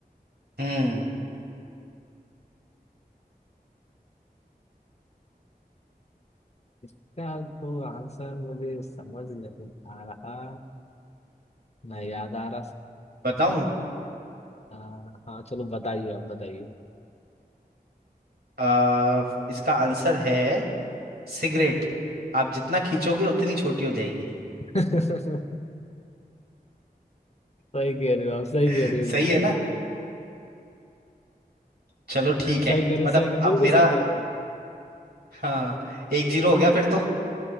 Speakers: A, on the right; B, on the left.
A: हम्म
B: इसका तो आंसर मुझे समझ नहीं आ रहा ना याद आ रहा
A: बताऊं
B: हाँ हाँ, चलो बताइए आप बताइए
A: आ, इसका आंसर है सिगरेट आप जितना खींचोगे उतनी छोटी हो जाएगी
B: <laughs> सही कह रहे हो आप सही
A: <laughs>
B: कह रहे हो
A: सही
B: बिल्कुल
A: है ना चलो ठीक
B: सही
A: है
B: कह रहे
A: मतलब
B: हो सही बिल्कुल
A: अब मेरा
B: सही कह रहे हो आप
A: हाँ एक जीरो हो गया फिर तो